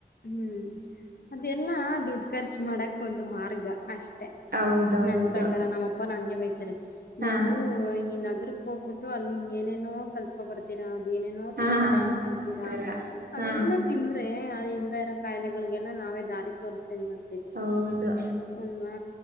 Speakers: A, on the left; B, on the right.
A: ಹ್ಮ್ ಅದೆಲ್ಲಾ ದುಡ್ಡು ಖರ್ಚು ಮಾಡಕ್ ಒಂದು ಮಾರ್ಗ ಅಷ್ಟೆ
B: ಹೌದೌದು
A: ನನ್ನ ಪ್ರಕಾರ ನಮ್ಮ ಅಪ್ಪ ನನಗೆ ಬೈತಾರೆ
B: ಹಾ
A: ನೀವು ಈ ನಗರ ಹೋಗ್ಬಿಟ್ಟು ಅಲ್ಲಿ ಇನ್ ಏನೇನೋ ಕಲ್ತ್ಕೊ ಬರ್ತೀರಾ ಅಂ ಏನೇನೋ
B: ಹಾ
A: ತಿನ್ನೋದೆಲ್ಲಾ ತಿಂತೀರಾ
B: ಆತರ
A: ಅವೆಲ್ಲಾ
B: ಹಾ
A: ತಿಂದ್ರೆ ಕಾಯಿಲೆಗಳಿಗೆಲ್ಲ ನಾವೇ ದಾರಿ ತೋರಿಸ್ತಂಗಾತಿ
B: ಹೌದು
A: ಅಲ್ವಾ